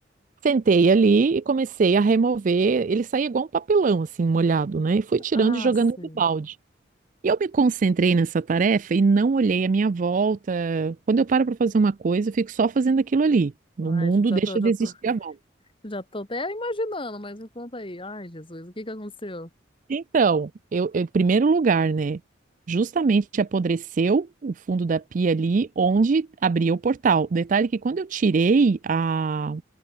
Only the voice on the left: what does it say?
Ah,
sei.
Ai,
gente, já
tô, já
tô, <laughs>
já tô até imaginando, mas me conta aí. Ai, Jesus, o que que aconteceu?